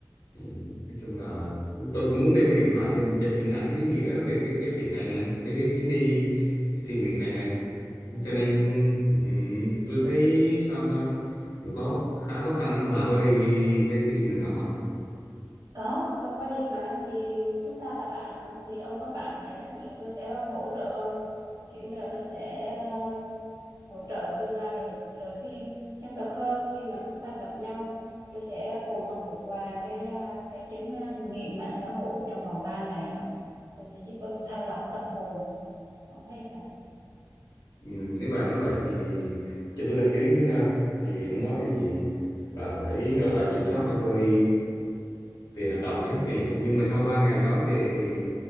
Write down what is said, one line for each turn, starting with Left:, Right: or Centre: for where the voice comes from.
Left: Ừ, nói chung là tôi cũng muốn đem cái điện thoại lên để chụp những ảnh ý nghĩa về cái cái chuyện này nè cái, cái chuyến đi thiện nguyện này nè
Right: Ừm,
Left: cho nên ừm, tôi thấy sao ta cũng có khá khó khăn á. bà có đi cái cái chương trình đó không
Right: Có, tôi có đi mà thì chúng ta là bạn mà thì ông có bạn để nói chuyện tôi sẽ hỗ trợ ông kiểu như là tôi sẽ ờ, hỗ trợ và đưa ra lời, lời khuyên chân thật hơn khi mà chúng ta gặp nhau tôi sẽ cùng ông vượt qua cái à, cái chứng à, nghiện mạng xã hội trong vòng 3 ngày đó tôi sẽ giúp ông thanh lọc tâm hồn ông thấy sao?
Left: Ừ, nếu bà nói vậy thì cho tôi đăng ký với nha thì hôm đó thì bà phải gọi là kiểm soát cho tôi về hành động ấy vì nhưng mà sau 3 ngày đó về thì